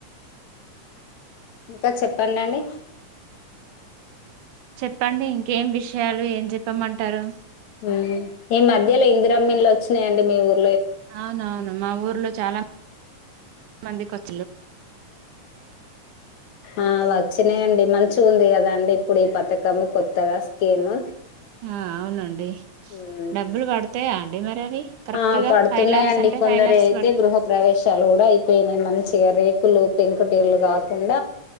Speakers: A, on the left; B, on the right.
A: ఇంకా చెప్పాండండి
B: చెప్పండి ఇంకేం విషయాలు ఏం చెప్పమంటారు
A: మ్మ్ ఈ మధ్యలో ఇంద్రం ఇల్లు వచ్చినాయండి మీ ఊర్
B: అవును అవును మా ఊర్ ఊళ్ళో చాలా మందికి వచ్
A: అ వచ్చినాయండి మంచి ఉంది ఉంది కదండి ఇప్పుడు ఈ పథకము కొత్తగ స్కీమ్
B: ఆ అవునండి
A: హమ్
B: డబ్బులు పడతాయా అండి మరి అవి కరెక్ట్
A: ఆ
B: గా
A: పడుతున్నాయండి
B: ఫైవ్ లాక్స్ అంటే
A: కొందరు
B: ఫైవ్ లాక్స్
A: అయితే
B: పడుత
A: గృహ ప్రవేశాలు కూడా అయి పోయినా మంచిగ రేకులు టెన్కుటేళ్లు కాకుండ